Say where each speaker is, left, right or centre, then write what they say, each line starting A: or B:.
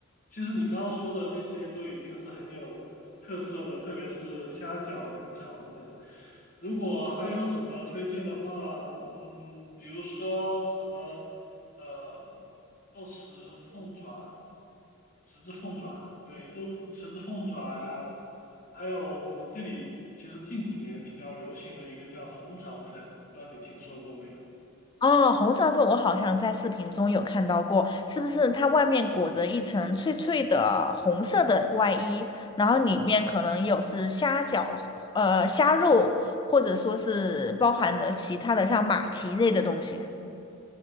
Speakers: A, on the left (about 40°); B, on the left (about 20°).
A: 其实你刚刚说的那些都已经是很有特色的，特别是虾饺跟肠粉。如果还有什么推荐的话，嗯，比如说什么呃豆豉凤爪、豉汁凤爪，对，豆豉汁凤爪呀，还有我们这里其实近几年比较流行的一个叫红肠粉，不知道你听说过没有？
B: 哦，红肠粉我好像在视频中有看到过，是不是它外面裹着一层脆脆的红色的外衣，然后里面可能有是虾饺、呃虾肉，或者说是包含了其他的像马蹄类的东西。